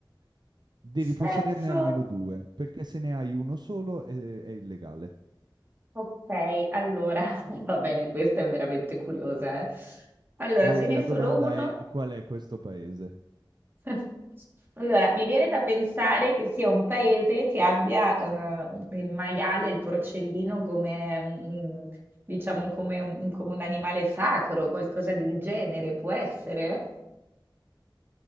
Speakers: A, on the right (about 60°); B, on the right (about 25°).
A: Devi
B: senso.
A: possederne almeno due, perché se ne hai uno solo è, è illegale.
B: Ok, allora <laughs> va bene, questa è veramente curiosa. eh. Allora,
A: E
B: se ne
A: la
B: è solo
A: domanda
B: uno,
A: è qual è questo paese?
B: <laughs> Allora, mi viene da pensare che sia un paese che abbia eh, il maiale, il porcellino come, mm, diciamo, come un, come un animale sacro, qualcosa del genere, può essere?